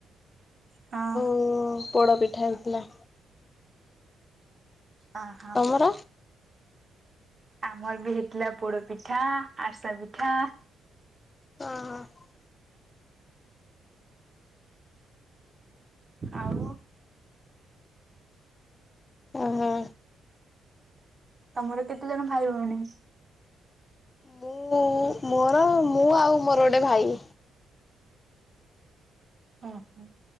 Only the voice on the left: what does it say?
ଉ ପୋଡ଼ପିଠା ହେଇଥିଲା।
ତମର?
ହ ହଁ।
ଓହୋ।
ମୁଁ ମୋର ମୁଁ ଆଉ ମୋର ଗୋଟଏ ଭାଇ।